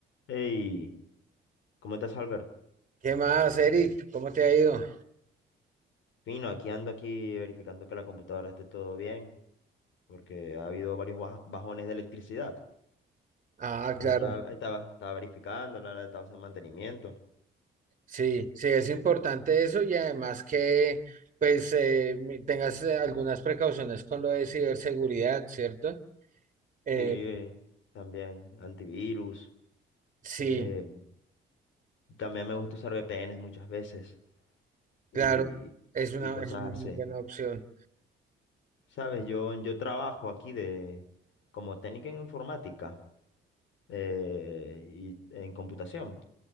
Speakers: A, on the left; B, on the right.
A: Hey, ¿cómo estás, Albert?
B: ¿Qué más, Eric? ¿Cómo te ha ido?
A: Fino, aquí ando aquí verificando que la computadora esté todo bien, porque ha habido varios baja- bajones de electricidad.
B: Ah,
A: Entonces
B: claro.
A: estaba, estaba, estaba verificando, la la estaba haciendo mantenimiento.
B: Sí, sí, es importante eso y además que pues eh, mi- tengas eh, algunas precauciones con lo de ciberseguridad, ¿cierto? Eh,
A: Sí, también antivirus.
B: sí,
A: eh, también me gusta usar VPNs muchas veces y,
B: claro, es una,
A: y cosas
B: es una
A: así.
B: muy buena opción.
A: Sabes, yo, yo trabajo aquí de como técnico en informática eh, y en computación.